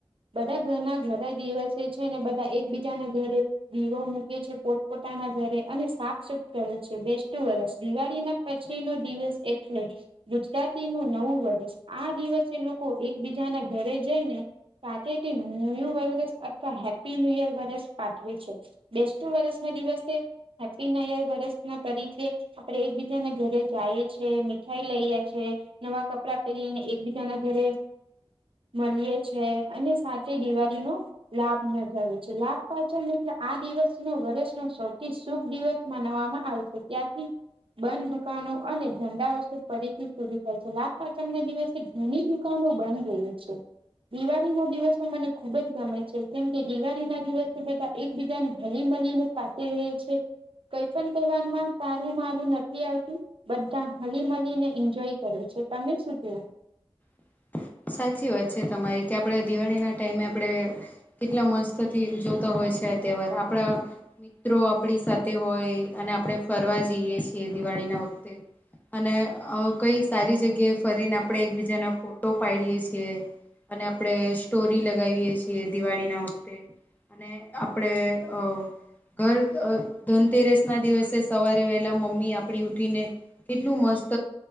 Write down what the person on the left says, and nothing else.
<inaudible> સાચી વાત છે તમારી કે આપડે દિવાળી ના ટાઈમે આપડે કેટલા મસ્ત થી ઉજવતા હોય છે તહેવાર આપણા મિત્રો આપણી સાથે હોય અને આપણે ફરવા જઈએ છીએ દિવાળી ના વખતે અને અ કઈ સારી જગ્યાએ ફરીને આપણે એકબીજાના ફો ટો પાડીએ છીએ અને આપડે સ્ટોરી લગાવીએ છીએ દિવાળી ના વખતે અને આપડે અ ઘર ધનતેરસ ના દિવસે સવારે વહેલા મમ્મી આપડી ઉઠીને કેટલું મસ્ત